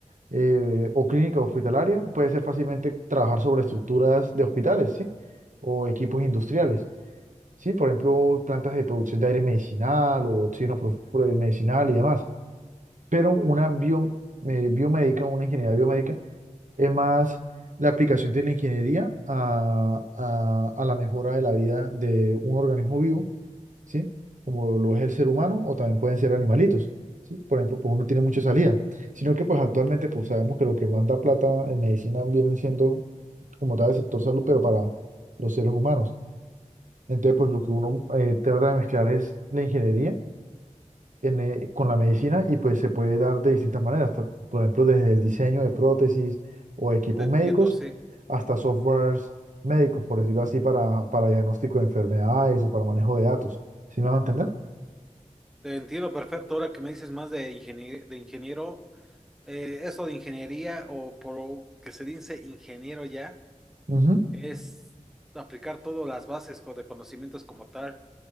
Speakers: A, on the right (about 75°); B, in the centre.
A: eh, o clínica o hospitalaria, puede ser fácilmente trabajar sobre estructuras de hospitales, ¿sí? O equipos industriales. Sí, por ejemplo, plantas de producción de aire medicinal o oxígeno pro- pro- medicinal y demás pero una bio- eh, biomédica, una ingeniería biomédica, es más la aplicación de la ingeniería a, a- a la mejora de la vida de un organismo vivo, ¿sí? Como lo es el ser humano o también pueden ser animalitos, ¿sí? Por ejemplo, pues uno tiene mucha salida, sino que pues actualmente pues sabemos que lo que manda plata en medicina viene siendo como tal el sector salud, pero para los seres humanos. Entonces, pues lo que uno eh, trata de mezclar es la ingeniería en, eh, con la medicina y pues se puede dar de distintas maneras, ta- por ejemplo, desde el diseño de prótesis o equipos
B: Te entiendo,
A: médicos
B: sí.
A: hasta softwares médicos, por decirlo así, para, para diagnóstico de enfermedades o para manejo de datos. ¿Sí me van a entender?
B: Te entiendo perfecto. Ahora que me dices más de ingenie de ingeniero, eh, eso de ingeniería o por lo que se dice ingeniero ya,
A: Ujú,
B: es aplicar todas las bases co- de conocimientos como tal